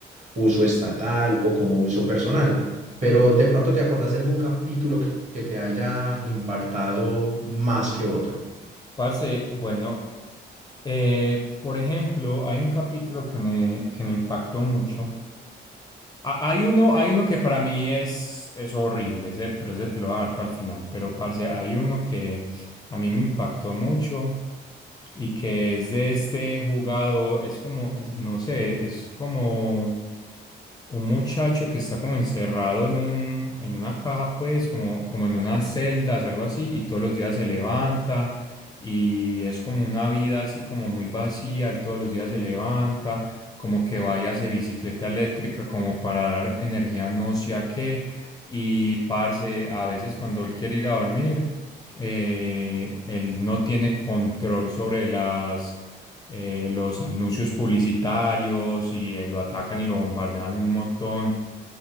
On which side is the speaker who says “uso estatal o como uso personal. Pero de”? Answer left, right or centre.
Right